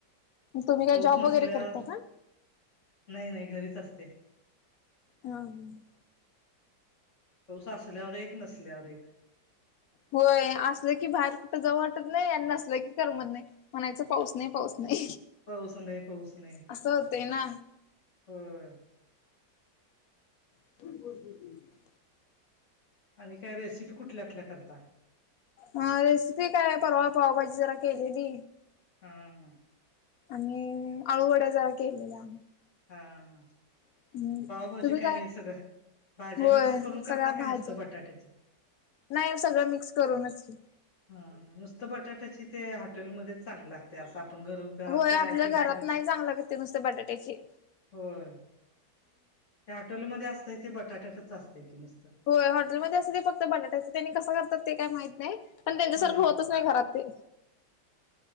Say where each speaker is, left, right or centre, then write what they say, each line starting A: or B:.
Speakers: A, on the left; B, on the left.
A: तुम्ही काय
B: पाऊस
A: जॉब
B: नसल्यावर
A: वगैरे करता का
B: नय नय घरीच असते?
A: हम ह
B: पाऊस असल्यावर एक नसल्यावर एक
A: होय असलं की बाहेर कुठं जाव वाटत नाही आणि नसलं की करमत नाही म्हणायचं. पाऊस नाही पाऊस नाही
B: पाऊस नाही पाऊस नाही
A: असं होतंय ना.
B: होय.
A: <inaudible>
B: आणि काय रेसिपी कुठल्या आपल्याकरता.
A: ह रेसिपी काय परवा पावभाजी जरा केलेली.
B: हा हा
A: आणि आळूवड्या जरा केलेल्या?
B: हा हा
A: हम्म
B: पावभाजी
A: तुम्ही
B: काय हे सगळं भाज्या
A: होय
B: मिक्स करून
A: सगळ्या
B: करता काय
A: भाज्या
B: नुसतं बटाट्याच?
A: नाही सगळं मिक्स करूनच की.
B: हा नुसत बटाट्याची ते हॉटेलमध्येच चांगल लागतय असं आपण घर घरात
A: होय
B: तयार
A: आपल्या
B: केलं
A: घरात
B: की नको
A: नाही चांगलं नाही लागत नुसत बटाट्याची.
B: होय त्या हॉटेलमध्ये असतंय ते बटाट्याटच असतंय की नुसत.
A: होय हॉटेलमध्ये असतय ते फक्त बटाट्याचं त्यांनी कसं करतात ते काय माहीत नाही. पण त्यांच्यासारखं
B: हा
A: होतच नाही घरात ते?